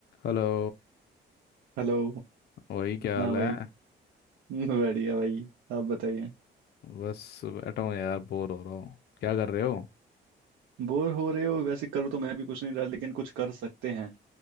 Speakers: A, on the left; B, on the right.
A: Hello
B: Hello
A: वही क्या
B: हाँ
A: हाल
B: भाई
A: है
B: <laughs> बढ़िया भाई आप बताइए
A: बस बैठा हूँ यार बोर हो रहा हूँ क्या कर रहे हो
B: बोर हो रहे हो वैसे कर तो मैं भी कुछ नहीं रहा लेकिन कुछ कर सकते हैं